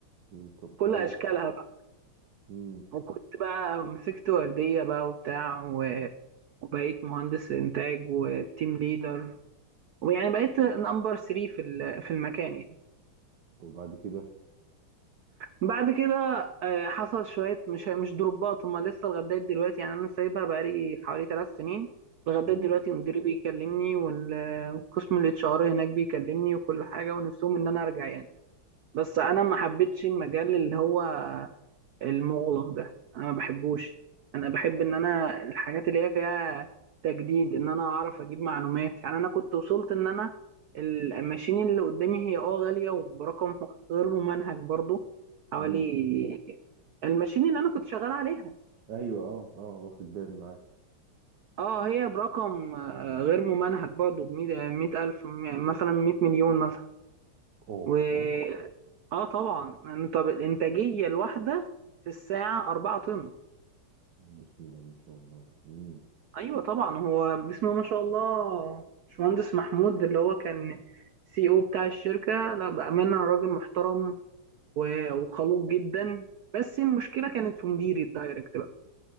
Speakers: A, on the right; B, on the right.
A: أمم، طب
B: كل
A: كويس
B: اشكالها بقى
A: امم
B: وكنت بقى مسكت ورديه بقى وبتاع و- وبقيت مهندس انتاج وتيم ليدر ويعني بقيت نمبر 3 في ال- في المكان يعني
A: وبعد كده
B: بعد كده آه، حصل شوية مش مش دروبات هما لسه لغاية دلوقتي يعني أنا سايبها بقالي حوالي ثلاث سنين لغاية دلوقتي
A: امم
B: مديري بيكلمني وال- والقسم الاتش ار هناك بيكلمني وكل حاجة ونفسهم إن أنا أرجع يعني بس أنا ما حبيتش المجال اللي هو المغلق ده انا ما بحبوش انا بحب
A: اه
B: ان انا الحاجات اللي هي فيها تجديد ان انا اعرف اجيب معلومات يعني انا كنت وصلت ان انا الماشين اللي قدامي هي اه غالية وبرقم غير ممنهج برضو حوالي
A: امم
B: الماشين اللي انا كنت شغال عليها
A: ايوه اه اه واخد بالي معاك
B: اه هي برقم آه، غير ممنهج برضو بمية مية ألف م- مثلا مية مليون مثلا
A: اوه
B: و اه طبعا انت الانتاجية الواحدة في الساعة أربعة طن
A: بسم الله ما شاء الله امم
B: ايوه طبعا هو اسمه ما شاء الله باشمهندس محمود اللي هو كان سي او بتاع الشركه لا بامانه راجل محترم و- وخلوق جدا بس المشكله كانت في مديري الدايركت بقى